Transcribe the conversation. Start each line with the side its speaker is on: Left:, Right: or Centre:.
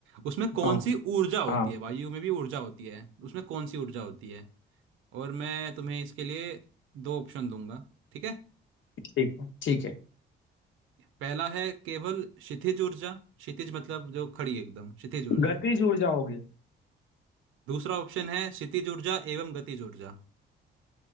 Right: उसमें कौन
Left: हाँ
Right: सी ऊर्जा होती
Left: हाँ
Right: है वायु में भी ऊर्जा होती है उसमें कौन सी ऊर्जा होती है और मैं तुम्हें इसके लिए दो ऑप्शन दूंगा ठीक है
Left: ठीक है। ठीक है
Right: पहला है केवल क्षितिज ऊर्जा क्षितिज मतलब जो खड़ी है एकदम क्षितिज ऊर्जा
Left: गतिज ऊर्जा होगी
Right: दूसरा ऑप्शन है क्षितिज ऊर्जा एवं गतिज ऊर्जा